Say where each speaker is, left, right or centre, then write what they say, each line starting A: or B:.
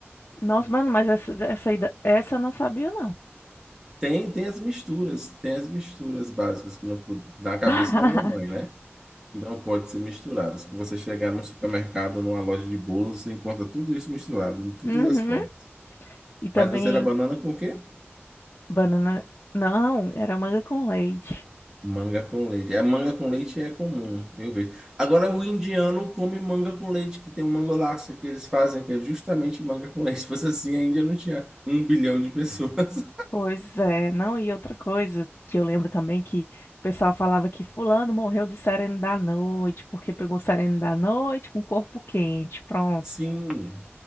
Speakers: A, on the left; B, on the right.
A: Nossa, mano, mas essa, essa, aí da- essa eu não sabia, não.
B: Tem, tem as misturas, tem as misturas básicas que não pod- na cabeça
A: <laughs>
B: da minha mãe, né? Que não pode ser misturadas. Que você chegar num supermercado, numa loja de bolos, você encontra tudo isso misturado de todas
A: Uhum.
B: as formas.
A: E também
B: Mas você era banana com o quê?
A: banana. Não, era manga com leite.
B: Manga com leite. A manga com leite é comum, eu vejo. Agora o indiano come manga com leite, que tem um mangolaço que eles fazem, que é justamente manga com leite. <laughs> Se fosse assim, a Índia não tinha um bilhão de pessoas.
A: Pois é, não, e outra coisa que eu lembro também que o pessoal falava que fulano morreu do sereno da noite, porque pegou o sereno da noite com o corpo quente, pronto.
B: <laughs> Sim.